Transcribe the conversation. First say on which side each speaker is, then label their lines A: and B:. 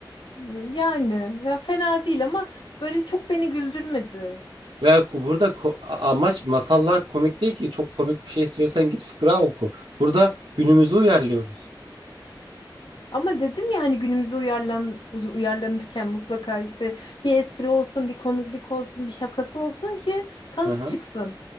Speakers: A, on the left; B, on the right.
A: Ee, Yani ya fena değil ama böyle çok beni güldürmedi.
B: Ve ku- burada ko- a- amaç masallar komik değil ki. Çok komik bir şey istiyorsan git fıkra oku. Burada günümüzü uyarlıyoruz.
A: Ama dedim ya hani günümüze uyarlan, uyarlanırken mutlaka işte bir espri olsun, bir komiklik olsun, bir şakası olsun ki tadı
B: Hı hı.
A: çıksın.